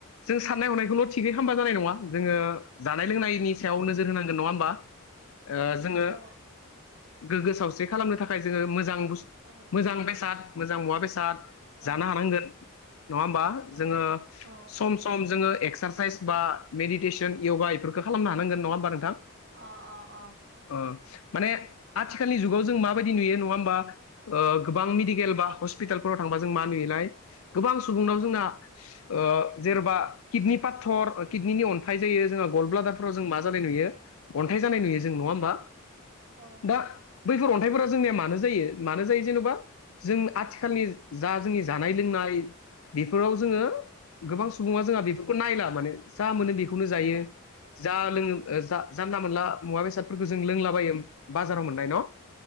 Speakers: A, on the left; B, on the right.
A: जों साननाय हनायखौल' थिगै खालामबा जानाय नङा जोङो जानाय लोंनायनि सायाव नोजोर होनांगोन नङा होमबा। ओ जोङो
B: औ
A: गोग्गो सावस्रि खालामनो थाखाय जोङो मोजां
B: औ
A: मोजां बेसाद मोजां मुवा बेसाद
B: औ
A: जानो हानांगोन नङा होमबा
B: औ
A: जोङो
B: औ
A: सम सम जोङो एक्सारसाइस बा मेडिटेस य'गा बेफोरखौ खालामनो हांगोन नङा होमबा नोंथां।
B: अ अ अ।
A: ओ माने आथिखालनि जुगाव जों माबायदि नुयो नङा होमबा ओ गोबां
B: औ
A: मेडिकेल बा हसपि स्पिटालफोराव थांबा जों म नुयोलाय गोबां सुबुंनाव जोंना ओ जेन'बा किडनि पाथर किडनिनि अन थाय जायो जोंहा
B: औ
A: गल
B: औ
A: ब्लादारफोराव जों मा जानाय नुयो। अन्थाइ जानाय नुयो
B: औ
A: जों नङा होमबा
B: औ
A: दा बैफोर अन्थाइफोरा जोंनिया मानो जायो मानो जायो जेनेबा जों आथिखालनि जा जोंनि जानाय लोंनाय बेफोराव जोङो गोबां सुबुङा जोंहा बेफोरखौ नायला माने जा मोनो बे खौनो जायो
B: औ
A: जा लोङो जानला मानला मुवा बेसादफोरखौ जों लोंलाबायो। बाजाराव मोननाय न'।